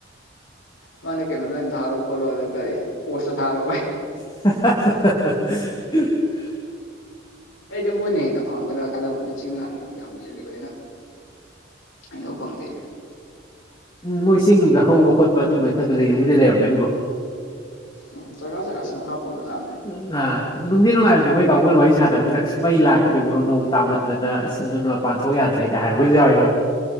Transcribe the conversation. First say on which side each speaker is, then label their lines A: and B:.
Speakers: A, on the left; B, on the left.
A: ꯃꯥꯅꯦ ꯀꯩꯅꯣ ꯇ ꯊꯥꯣ ꯈꯣꯂꯣ ꯀꯔꯤ ꯄꯣꯁꯇꯣ ꯊꯥꯣ
B: <inaudible>
A: ꯑꯩꯗꯤ ꯃꯣꯏꯅ ꯍꯦꯟꯅ ꯐꯪꯒꯗ꯭ꯔꯥ ꯈꯜꯂꯝꯕꯅꯤ ꯆꯤꯡ ꯌꯥꯝꯥꯟ ꯌꯥꯝ ꯌꯦꯜꯂꯤꯕꯅꯤꯅ ꯑꯩꯅ ꯎ ꯐꯪꯗꯦ
B: ꯎꯝ ꯅꯣꯏ ꯆꯦꯡꯅꯨꯡꯗ ꯍꯧꯕ ꯈꯣꯠꯄ ꯑꯗꯨꯝꯕ ꯐꯗꯨ ꯂꯩꯒꯕꯨꯗꯤ ꯂꯩꯔꯝꯒꯅꯤꯕ꯭ꯔꯣ
A: ꯎꯝ ꯖꯒꯥ ꯖꯒꯥꯁꯦ ꯃꯈꯥ ꯄꯣꯟꯕꯖꯥꯠꯅꯦ
B: ꯎ ꯑꯗꯨ ꯅꯨꯡꯗꯤ ꯅꯨꯡꯉꯥꯏꯔꯗꯤ ꯃꯣꯏ ꯀꯥꯡꯕꯨꯅꯨꯡ ꯋꯥꯔꯤ ꯁꯥꯟꯅꯅ ꯑꯁ ꯃꯩ ꯂꯥꯛꯇ꯭ꯔꯦ ꯕꯣꯔꯣ ꯅꯣꯡ ꯇꯥꯃꯟꯗꯅ ꯑꯁ ꯑꯅ ꯃꯄꯥꯟ ꯊꯣꯛꯣꯛ ꯌꯥꯗ꯭ꯔꯦ ꯀꯥꯏ ꯍꯥꯏꯔꯒꯁꯨ ꯌꯥꯎꯋꯏ ꯍꯣ